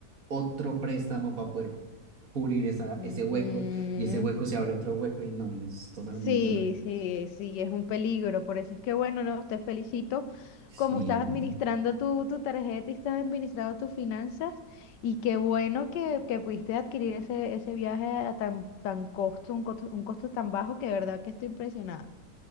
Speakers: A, on the right (about 55°); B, on the left (about 85°).
A: otro préstamo para poder cubrir esa,
B: Ujú.
A: ese hueco y ese hueco se abre otro hueco y no, y es totalmente
B: Sí,
A: horrible
B: sí,
A: eso.
B: sí, es un peligro. Por eso es que, bueno, no, te felicito.
A: Sí,
B: Como estás
A: María.
B: administrando tu, tu tarjeta y estás administrando tus finanzas, y qué bueno que, que pudiste adquirir ese, ese viaje a tan, tan costo, un costo, un costo tan bajo que de verdad que estoy impresionada.